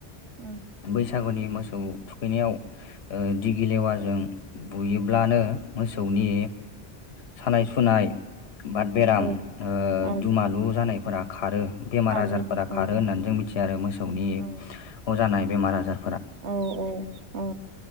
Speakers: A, on the right (about 80°); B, on the left (about 65°).
A: उ।
B: बैसागुनि मोसौ थुखैनायाव दिगि लेवाजों बुयोब्लानो मोसौनि सानाय सुनाय बाद बेराम
A: औ
B: ओ
A: औ
B: दुमालु जानायफोरा खारो बेमार
A: खारो
B: आजारफोरा खारो
A: औ
B: होननानै जों मिथियो आरो मोसौनि
A: औ
B: अ जानाय बेमार आजार
A: औ औ